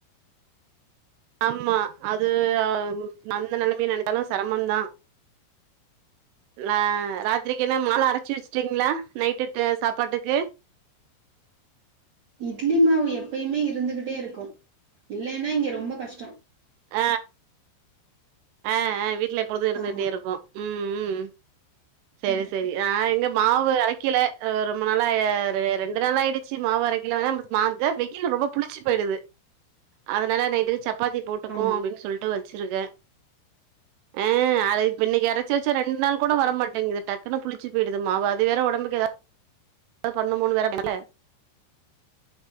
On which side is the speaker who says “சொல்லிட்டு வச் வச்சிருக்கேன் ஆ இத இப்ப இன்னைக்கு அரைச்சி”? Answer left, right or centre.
Right